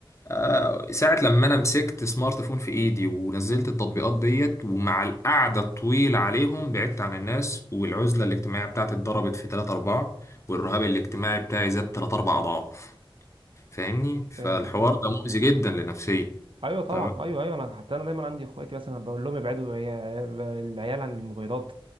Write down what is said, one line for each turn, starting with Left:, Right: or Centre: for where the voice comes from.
Left: آه، ساعة لما أنا مسكت سمارت فون في إيدي ونزلت التطبيقات ديت ومع القعدة الطويلة عليهم بعدت عن الناس والعزلة الاجتماعية بتاعتي اتضربت في 3 4 والرهاب الاجتماعي بتاعي زاد 3 4 أضعاف فاهمني فالحوار
Right: فاهم
Left: ده مؤذي جدا لنفسيتي
Right: ايوه طبعا
Left: تمام
Right: ايوه ايوه انا حتى انا دايما عندي اخواتي مثلا بقول لهم ابعدوا عيا- العيال عن الموبايلات